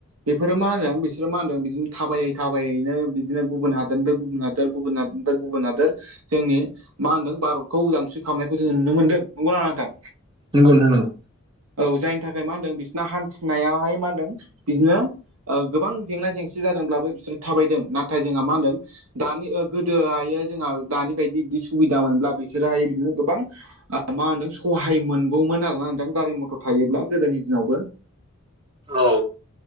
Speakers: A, on the right (about 85°); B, on the right (about 20°).
A: बेफोरो मा होनो बिसोरो मा होनदों बिदिनो थाबायै थाबायैनो बिदिनो गुबुन हादोरनिफ्राय गुबुन हादोर गुबुन हादोरनिफ्राय गुबुन हादोर जोंनि मा होन्दों भारतखौ उदांस्रि खालामनायखौ जोङो नुनो मोनदों नंगौना नङा नोंथां
B: नोंगौ नोंथां नोंगौ
A: औ जायनि थाखाय मा होनदों बिसोरना हान्थिनायाहाय मा होनदों बिदिनो गोबां जेंना जेंसि जादोंब्लाबो बिसोरो थाबायदों नाथाय जोंहा मा होनदों दानि गोदोहायो जोंहा दानि बायदि बिदि सुबिदा मोनब्ला बिसोरोहायो बिदिनो गोबां मा होनदों सहाय मोनगौमोन आरोना नोंथां गारि मथर थायोब्ला गोदोनि दिनावबो
B: औ